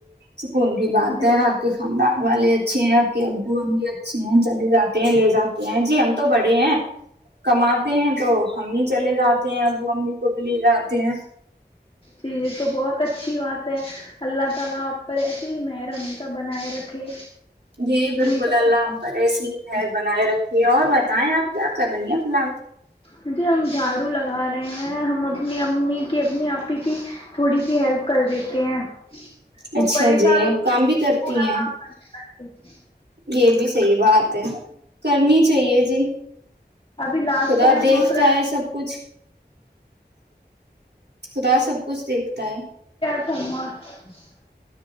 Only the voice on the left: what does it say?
جی
جی یہ تو بہت اچھی بات ہے اللہ تعالی اپ پر ایسے ہی محرم کا بنائے رکھے
ہم تو
جی ہم جھاڑو لگا رہے ہیں ہم اپنی امی کی اپنی کی تھوڑی سی ہیلپ کر دیتے ہیں وہ
پریشان
ہو جاتے
پورا
کام <unintelligible>
ابھی لاسٹ
ٹائم
ہم
آپاروس <inaudible>